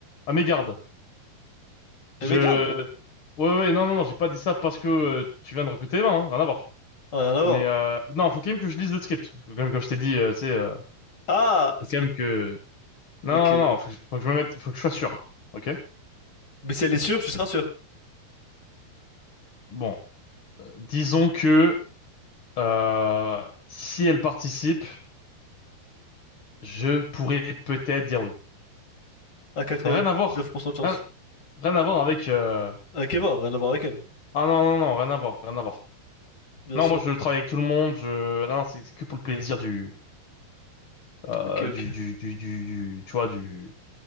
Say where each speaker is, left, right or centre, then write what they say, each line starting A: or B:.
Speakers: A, on the left (about 50°); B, on the left (about 30°).
A: À mes gardes.
B: Et
A: Je.
B: mais garde,
A: Ouais, ouais, non, non, non. J'ai pas dit ça parce que euh, tu viens de recruter 20, hein, rien à voir.
B: Ah, rien à voir.
A: Mais euh... non, faut quand même que je lise le script. Comme, comme je t'ai dit, euh, tu sais, euh,
B: Ah,
A: faut
B: c'est
A: quand
B: pas...
A: même que. Non,
B: ok.
A: non, non. Faut que, je- faut que je me mette, faut que je sois sûr. Ok.
B: Mais si elle est sûre, tu seras sûr.
A: Bon, euh, disons que euh, si elle participe. je pourrais peut-être dire oui.
B: À 99%
A: Mais rien à voir.
B: de chance.
A: Rien, rien à voir avec... euh,
B: Avec Eva, rien à voir avec elle,
A: Ah non, non, non, rien à voir, rien à voir.
B: bien
A: Non,
B: sûr.
A: moi je travaille avec tout le monde, je... Non, non, c'est c'est que pour le plaisir du, euh,
B: Ok, ok.
A: du, du, du, du, du- Tu vois, du,